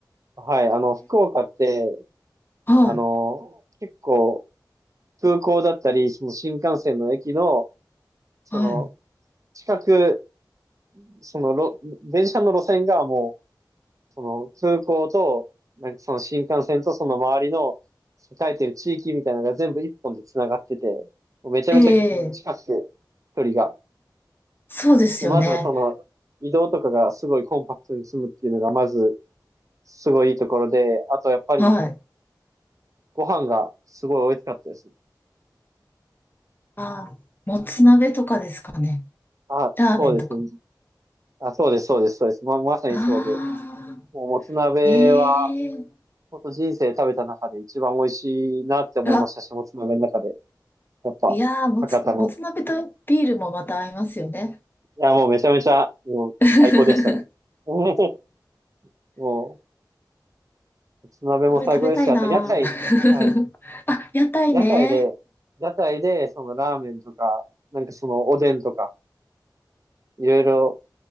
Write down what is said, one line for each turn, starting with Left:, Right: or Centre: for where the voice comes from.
Right: はい、あの、福岡って
Left: はい。
Right: あの、結構、空港だったり、その新幹線の駅の、その、
Left: はい。
Right: 近く、そのろ、電車の路線がもう、その空港と、なんかその新幹線とその周りの栄えてる地域みたいなのが全部一本で繋がってて、もうめちゃめちゃ近くて、
Left: ええ、
Right: 距離が。
Left: そうですよね。
Right: で、まずはその、移動とかがすごいコンパクトに済むっていうのが、まず、すごいいいところで、あとやっぱり、
Left: はい。
Right: ご飯がすごい美味しかったです。
Left: あー、もつ鍋とかですかね。
Right: あ、
Left: ラーメンとか。
Right: そうですね。あ、そうです、そうです、そうです。ま、まさにそうで。
Left: あ
Right: もう、もつ鍋は、
Left: あ、ええ
Right: 本当人生食べた中で一番美味しいなって思いましたし、
Left: うわ、
Right: もつ鍋の中で。やっぱ、
Left: いやー、もつ、
Right: 博多の。
Left: もつ鍋とビールもまた合いますよね。
Right: いや、もうめちゃめちゃ、もう、
Left: <laughs>
Right: 最高でしたね。<laughs> もう、もつ鍋も最高ですし、
Left: 食べ食べたいなぁ。
Right: あと、屋台、はい。
Left: <laughs> あ、屋台ね。
Right: 屋台で、屋台で、その、ラーメンとか、なんかその、おでんとか、いろいろ、